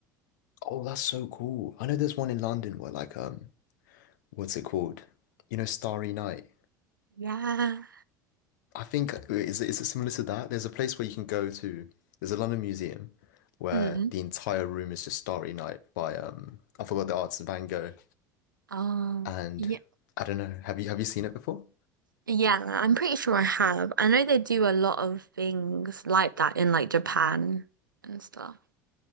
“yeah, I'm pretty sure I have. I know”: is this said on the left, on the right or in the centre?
Right